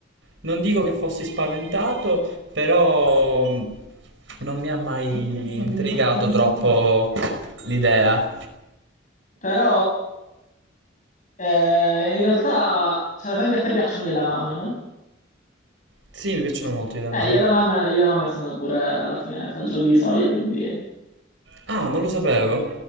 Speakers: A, on the right; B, on the left.
A: non dico che fossi spaventato, però mh, non mi ha mai intrigato troppo l'idea.
B: Però eh, in realtà, cioè, ad esempio, a te piacciono gli edamame, no?
A: Sì, mi piacciono molto le edamame.
B: Eh, gli edamame, gli edamame sono pure alla fine fagioli di soia, quindi
A: Ah, non lo sapevo.